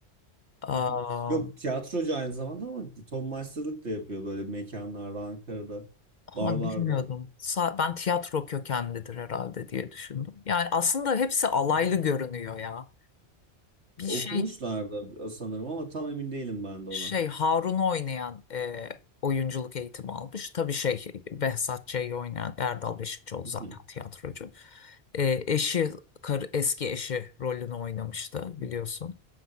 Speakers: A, on the left (about 50°); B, on the right (about 85°).
A: Aa,
B: <laughs> Yok tiyatrocu aynı zamanda ama Tom Meister'lık da yapıyor böyle mekanlarda, Ankara'da,
A: Ha
B: barlarda.
A: bilmiyordum. Sa- ben tiyatro kökenlidir herhalde diye düşündüm. Yani aslında hepsi alaylı
B: <laughs>
A: görünüyor ya. Bir
B: Okumuşlardı
A: şey
B: sanırım ama tam emin değilim ben de ona.
A: şey Harun'u oynayan e, oyunculuk eğitimi almış. Tabii şey Behzat Ç'yi oynayan Erdal Beşikçioğlu
B: Mhm,
A: zaten tiyatrocu. E, eşi karı, eski eşi rolünü oynamıştı
B: mhm,
A: biliyorsun.